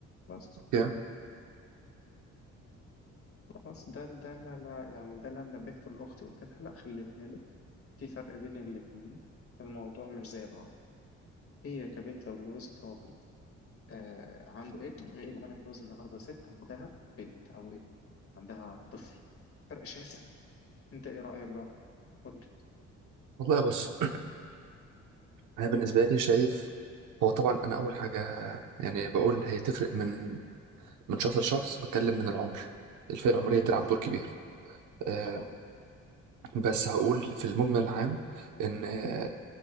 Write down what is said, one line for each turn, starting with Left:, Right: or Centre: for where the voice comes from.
Left: بس
Right: اوكي
Left: بس ده ده لا لا يعني ده اللي أنا نبهته لاختي قلت لها لا خلي بالك في فرق بين الاثنين الموضوع مش زي بعض هي كبنت لو اتجوزت راجل آه عنده ابن غير اللي انا بتجوز النهارده ست عندها بنت او ابن عندها طفل فرق شاسع انت ايه رأيك بقى قول لي
Right: والله بص <clears throat> انا بالنسبه لي شايف هو طبعا انا اول حاجه يعني بقول هي تفرق من من شخص لشخص بتكلم من العمر الفئة العمرية
Left: مم.
Right: تلعب دور كبير آه،
Left: طبعا
Right: بس هقول في المجمل العام إن
Left: مم.
Right: آه،